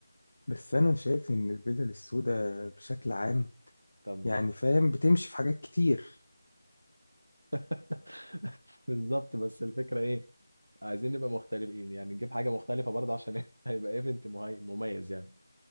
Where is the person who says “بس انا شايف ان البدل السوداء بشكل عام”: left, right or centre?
Left